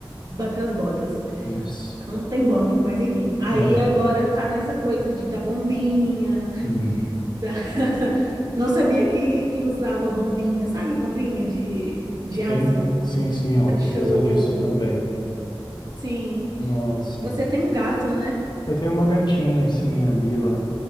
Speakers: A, on the right; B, on the left.
A: bateu as botas.
B: Nossa.
A: Ela não tem botas, mas enfim. Aí
B: É.
A: agora tá nessa coisa de dar bombinha,
B: Hum.
A: <laughs> da- Não sabia que, que usava bombinha, sabe? Bombinha de, de asma.
B: Sim, sim, sim, ela
A: O cachorro.
B: precisa disso também.
A: Sim.
B: Nossa.
A: Você tem um gato, né?
B: Eu tenho uma gatinha, assim, a Lila,